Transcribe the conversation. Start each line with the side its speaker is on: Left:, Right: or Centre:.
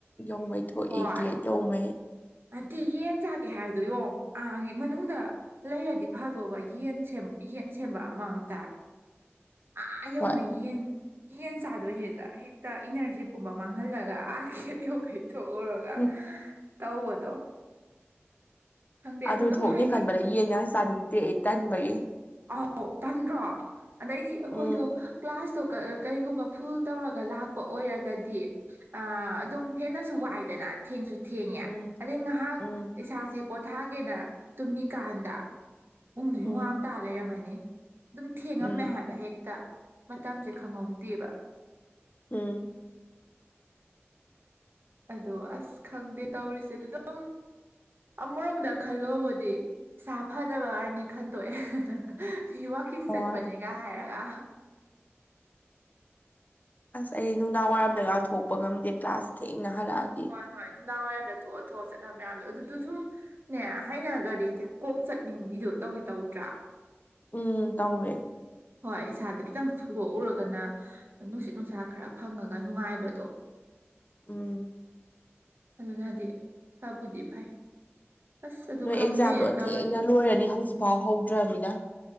Left: ꯌꯧꯉꯩ ꯊꯣꯛꯏ
Right: ꯍꯣꯏ
Left: ꯒꯦꯠ ꯌꯧꯉꯩ꯫
Right: ꯅꯠꯇꯦ ꯌꯦꯟ ꯆꯥꯒꯦ ꯍꯥꯏꯕꯗꯨ ꯌꯣ ꯑꯥꯒꯤ ꯃꯅꯨꯡꯗ ꯂꯩꯔꯗꯤ ꯐꯗꯧꯕ ꯌꯦꯟ ꯁꯦꯝ ꯌꯦꯟ ꯁꯦꯝꯕ ꯑꯃ ꯑꯝꯇ ꯑꯥ ꯌꯧꯉꯩ
Left: ꯍꯣꯏ
Right: ꯌꯦꯟ ꯌꯦꯟ ꯆꯥꯗꯣꯏꯅꯤꯗ ꯍꯦꯛ ꯇ ꯏꯅꯔꯖꯤ ꯄꯨꯝꯕ ꯃꯥꯡꯍꯜꯂꯒ ꯑꯥ ꯒꯦꯠ ꯌꯈꯩ ꯊꯣꯛꯎꯔꯒ
Left: ꯎꯝ
Right: ꯇꯧꯕꯗꯣ꯫ ꯈꯪꯗꯦ
Left: ꯑꯗꯨ
Right: ꯑꯗꯨꯝ
Left: ꯊꯣꯛꯅꯤ
Right: ꯍꯥꯏꯗꯤ
Left: ꯈꯟꯕꯗ ꯌꯦꯟꯒ ꯆꯥꯅꯤꯡꯇꯦ ꯑꯩ ꯇꯟꯕꯒꯤ꯫
Right: ꯑꯥꯎ ꯇꯟꯗ꯭ꯔꯣ꯫ ꯑꯗꯩꯗꯤ ꯑꯩꯈꯣꯏꯗꯣ
Left: ꯎꯝ
Right: ꯀ꯭ꯂꯥꯁꯇꯣ ꯀꯔꯤꯒꯨꯝꯕ ꯐꯨꯜ ꯇꯧꯔꯒ ꯂꯥꯛꯄ ꯑꯣꯏꯔꯒꯗꯤ꯫ ꯑꯗꯨꯝ ꯍꯦꯟꯅꯁꯨ ꯋꯥꯏꯗꯅ ꯊꯦꯡꯁꯨ ꯊꯦꯡꯉꯦ
Left: ꯎꯝ
Right: ꯑꯗꯩ ꯉꯥꯏꯍꯥꯛ
Left: ꯎꯝ
Right: ꯏꯁꯥꯁꯦ꯫ ꯄꯣꯊꯥꯒꯦꯅ ꯇꯨꯝꯃꯤꯀꯥꯟꯗ ꯄꯨꯡꯗꯨ ꯌꯨꯉꯥꯝꯇꯥ
Left: ꯎꯝ
Right: ꯂꯩꯔꯝꯃꯅꯤ꯫ ꯑꯗꯨꯝ ꯊꯦꯡꯉꯝꯃꯦ
Left: ꯎꯝ
Right: ꯍꯥꯏꯕ ꯍꯦꯛꯇ ꯃꯇꯝꯁꯦ ꯈꯪꯍꯧꯗꯦꯕ꯫
Left: ꯎꯝ꯫
Right: ꯑꯗꯣ ꯑꯁ ꯈꯪꯗꯦ ꯇꯧꯔꯤꯁꯦ ꯑꯗꯨ ꯑꯗꯨꯝ ꯑꯃꯔꯣꯝꯗ ꯈꯜꯂꯣꯕꯨꯗꯤ꯫ ꯏꯁꯥꯐꯅꯕꯅꯤ ꯈꯟꯗꯣꯛꯑꯦ ꯃꯤ ꯋꯥ ꯀꯤꯡ
Left: ꯍꯣꯏ
Right: ꯆꯠꯄꯅꯤꯒ ꯍꯥꯏꯔꯒ꯫
Left: ꯑꯁ ꯑꯩ ꯅꯨꯡꯗꯥꯡ ꯋꯥꯏꯔꯝꯗ ꯊꯣꯛꯄ ꯉꯝꯗꯦ ꯀ꯭ꯂꯥꯁ ꯊꯦꯡꯅ ꯍꯜꯂꯛꯑꯗꯤ꯫
Right: ꯍꯣꯏ ꯍꯣꯏ ꯅꯨꯡꯗꯥꯡ ꯋꯥꯏꯔꯝ ꯊꯣꯛꯑ ꯊꯣꯛꯑ ꯆꯠꯅꯕ ꯃꯌꯥꯝꯗꯣ ꯑꯗꯨꯗꯨ ꯁꯨꯝ ꯅꯦ ꯍꯥꯏꯅꯒꯔꯗꯤ ꯀꯣꯛ ꯆꯠꯅꯤꯡꯕꯤꯗꯣ ꯇꯧꯗꯤ ꯇꯧꯗ꯭ꯔꯥ꯫
Left: ꯎꯝ ꯇꯥꯎꯋꯦ꯫
Right: ꯍꯣꯏ ꯏꯁꯥꯗ ꯈꯤꯇꯪ ꯊꯨꯗꯣꯛꯎꯔꯒꯅ꯫ ꯅꯨꯡꯁꯤꯠ ꯅꯨꯡꯁꯥ ꯈꯔ ꯐꯪꯉꯒ ꯅꯨꯡꯉꯥꯏꯕꯗꯣ꯫
Left: ꯎꯝ꯫
Right: ꯑꯗꯨꯅꯗꯤ ꯐꯥꯕꯨꯗꯤ ꯐꯩ꯫ ꯑꯁ ꯑꯗꯨ
Left: ꯅꯣꯏ
Right: ꯈꯪꯗꯦꯅ
Left: ꯑꯦꯛꯖꯥꯝꯗꯣ
Right: ꯇꯧꯔꯤ
Left: ꯊꯦꯡꯅ ꯂꯣꯏꯔꯅꯤ ꯍꯧꯖꯤꯛꯐꯥꯎ ꯍꯧꯗ꯭ꯔꯃꯤꯅ꯫